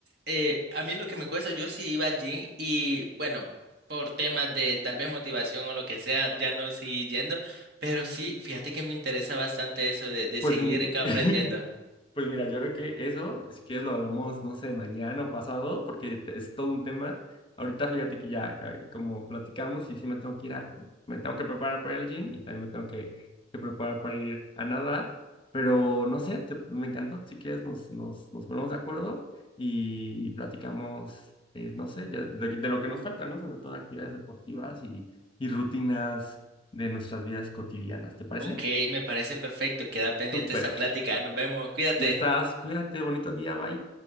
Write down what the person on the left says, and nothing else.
Pues,
mm,
<laughs> pues mira, yo creo que eso, si quieres lo hablamos, no sé, mañana o pasado, porque te- es todo un tema. Ahorita fíjate que ya, eh, como platicamos, y sí me tengo que ir a- me tengo que preparar para ir al gym y también me tengo que, que preparar para ir a nadar, pero no sé, te- me encantó. Si quieres nos, nos, nos ponemos de acuerdo y, y platicamos, eh, no sé, ya de, de lo que nos falta, ¿no? Sobre todo actividades deportivas y, y rutinas de nuestras vidas cotidianas, ¿te parece?
Súper.
Ya estás. Cuídate. Bonito día. Bye.